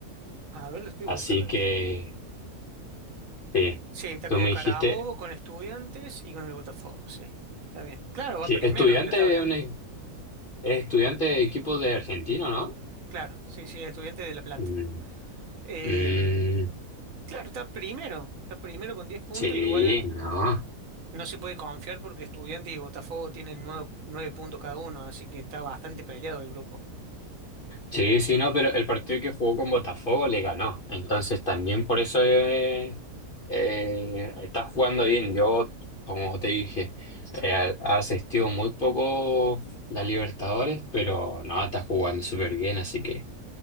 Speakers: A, on the right; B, on the left.
A: A ver, lo estoy
B: Así
A: buscando,
B: que...
A: che.
B: Sí,
A: Sí, está
B: tú
A: con
B: me
A: Carabobo,
B: dijiste,
A: con Estudiantes y con el Botafogo, sí. Está bien. Claro, va
B: sí,
A: primero
B: estudiante,
A: en la tabla.
B: de una- es estudiante de equipo de argentino, ¿no?
A: Claro, sí, sí, Estudiantes de La Plata.
B: Mm,
A: Em,
B: mm,
A: claro, está primero. Está primero con 10 puntos.
B: sí,
A: Igual
B: no.
A: no se puede confiar porque Estudiantes y Botafogo tienen nueve nueve puntos cada uno, así que está bastante peleado el grupo.
B: Sí, sí, no, pero el partido que jugó con Botafogo le ganó. Entonces también por eso eh, eh, está jugando bien. Yo, como te dije, eh, ha asistido muy poco la Libertadores, pero no, está jugando súper bien. Así que